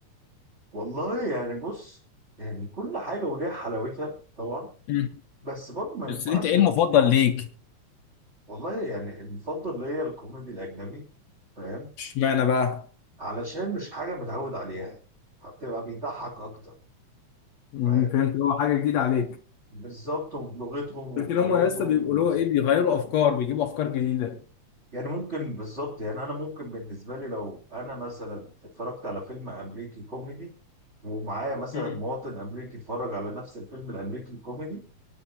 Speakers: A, on the right; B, on the left.
A: والله يعني بص يعني كل حاجة وليها حلاوتها طبعا
B: مم.
A: بس برضه ما ينفعش
B: بس انت ايه المفضل ليك
A: والله يعني المفضل ليا الكوميدي الأجنبي فاهم
B: اشمعنى بقى؟
A: علشان مش حاجة متعود عليها فبتبقى بيضحك أكتر
B: مم،
A: فاهم
B: فهمت هو حاجة جديدة عليك
A: بالظبط وبلغتهم
B: لكن
A: وبطريقتهم
B: هما لسه بيبقوا له إيه بيغيروا أفكار بيجيبوا أفكار جديدة
A: يعني ممكن بالظبط يعني انا ممكن بالنسبه لي لو انا مثلا اتفرجت على فيلم امريكي كوميدي ومعايا مثلا
B: مم.
A: مواطن امريكي اتفرج على نفس الفيلم الامريكي الكوميدي